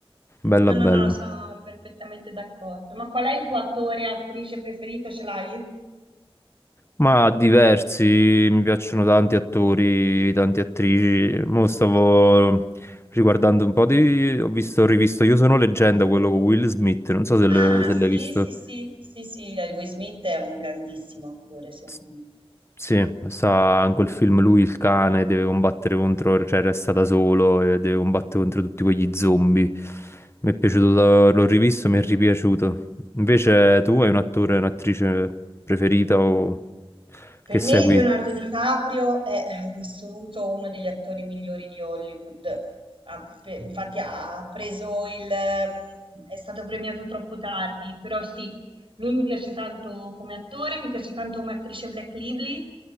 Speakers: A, on the left; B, on the right.
A: bella
B: No, no,
A: bella.
B: no, sono perfettamente d'accordo. Ma qual è il tuo attore e attrice preferito? Ce l'hai?
A: Ma diversi, mi piacciono tanti attori, tante attrici. Mo stavo riguardando un po' di... Ho visto, ho rivisto Io sono leggenda, quello con Will Smith, non so se
B: Ah,
A: l- se
B: sì,
A: l'hai visto.
B: sì, sì, sì, sì, eh, Will Smith è un grandissimo attore, secondo
A: S-
B: me.
A: Sì, sa, in quel film lui il cane deve combattere contro, cioè resta da solo e deve combattere contro tutti quegli zombie. Mi è piaciuto, da- l'ho rivisto, mi è ripiaciuto. Invece tu hai un attore, un'attrice preferita o che
B: Per
A: segui?
B: me Leonardo DiCaprio è eh, in assoluto uno degli attori migliori di Hollywood. Ha pe- infatti ha ha preso il... ehm, è stato premiato troppo tardi, però sì, lui mi piace tanto come attore, mi piace tanto come attrice Black Lively,